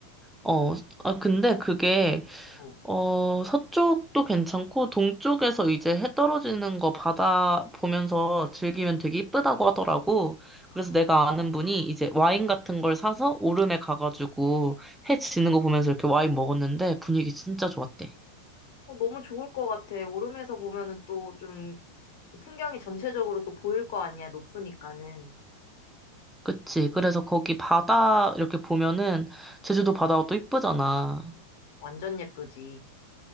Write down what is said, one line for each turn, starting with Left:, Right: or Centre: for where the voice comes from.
Centre: 어, 아, 근데 그게,
Left: 어.
Centre: 어, 서쪽도 괜찮고, 동쪽에서 이제 해 떨어지는 거 바다 보면서 즐기면 되게 이쁘다고 하더라고.
Left: 아.
Centre: 그래서 내가 아는 분이 이제 와인 같은 걸 사서 오름에 가가지고 해 지는 거 보면서 이렇게 와인 먹었는데 분위기 진짜 좋았대.
Left: 어, 너무 좋을 것 같아. 오름에서 보면은 또 좀 풍경이 전체적으로 또 보일 거 아니야, 높으니까는.
Centre: 그치. 그래서 거기 바다 이렇게 보면은 제주도 바다가 또 이쁘잖아.
Left: 완전 예쁘지.